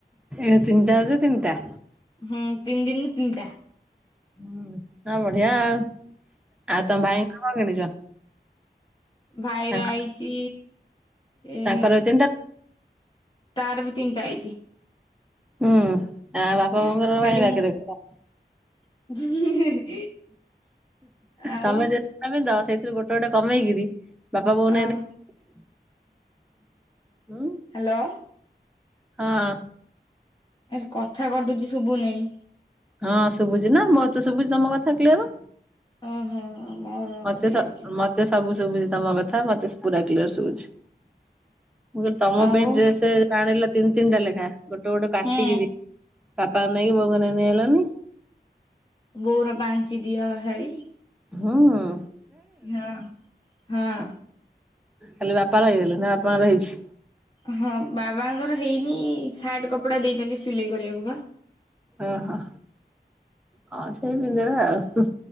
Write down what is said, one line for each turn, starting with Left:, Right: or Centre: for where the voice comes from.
Centre: ଏ ତନ୍ତ ଆ ତନ୍ତା
Left: ହୁଁ ତିନି ଦିନ ତିନିଟା।
Centre: ହୁଁ ଆ ବଢିଆ ଆଉ ଆଉ ତମ ଭାଇ କଣ କିଣିଛ।
Left: ଭାଇର
Centre: ତାଙ୍କ
Left: ଆଇଛି ଏ
Centre: ତାଙ୍କର ବି ତିନିଟା
Left: ତାର ବି ତିନିଟା ହେଇଛି।
Centre: ହୁଁ ଆ ବାପା
Left: ହଁ
Centre: ବୋଉଙ୍କର
Left: ଖାଲି
Centre: କାଇଁ ବାକି
Left: ମୁଁ
Centre: ରଖିଲ।
Left: <unintelligible> ଆଉ
Centre: ତମେ <unintelligible> ସେଇଥିରୁ ଗୋଟେ ଗୋଟେ କମେଇକିରି। ବାପା ବୋଉ
Left: ହଁ
Centre: ନହି
Left: ହ୍ୟାଲୋ।
Centre: ହଁ।
Left: ଆ କଥା କଟୁଛି ଶୁଭୁ ନେଇ
Centre: ହଁ ଶୁଭୁଛି ନା ମୋତେ ଶୁଭୁଛି ତମ କଥା କ୍ଲିଅର।
Left: ଓହୋ ମୋର
Centre: ମତେ
Left: କଟି ଯାଉଛି।
Centre: ମତେ ସବୁ ଶୁଭୁଛି ତମ କଥା ମତେ ପୁରା କ୍ଲିଅର ଶୁଭୁଛି। ମୁଁ କହିଲି ତମ
Left: ଆଉ
Centre: ପାଇଁ ଡ୍ରେସ ଆଣିଲା ତିନି ତିନିଟା ଲେଖା ଗୋଟେ ଗୋଟେ କାଟିକି
Left: ହୁଁ
Centre: ଦି ବାପାଙ୍କ ନାଇକି ବୋଉଙ୍କ ନାଇକି ନେଇ ଆଇଲନି
Left: ବୋଉର ପାଞ୍ଚିଟି ହଳ ଶାଢୀ।
Centre: ହଁଁ <unintelligible> ହଁ
Left: ହଁ ହଁ।
Centre: ଖାଲି ବାପା ରହିଗଲେ ନା ବାପାଙ୍କର ହେଇଛି।
Left: ହଁ ବାବାଙ୍କର ହେଇନି ସାର୍ଟ କପଡା ଦେଇଛନ୍ତି ସିଲେଇ କରିବାକୁ ବା
Centre: ଓହୋ ହ ସେଇ ପିନ୍ଧବେ ଆଉ।